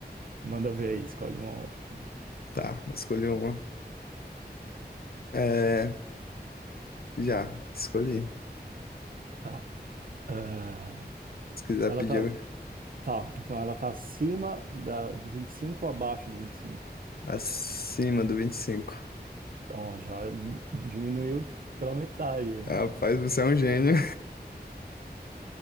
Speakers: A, on the right; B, on the left.
A: Manda ver aí, escolhe uma ou outra, cara.
B: Tá, escolhi uma. É, já, escolhi.
A: Tá. Ah,
B: Se quiser
A: ela
B: pedir
A: tá. Tá, então ela tá acima da, do 25 ou abaixo do 25?
B: acima do 25.
A: Ó, já diminuiu pela metade o
B: Rapaz,
A: negócio.
B: você é um gênio.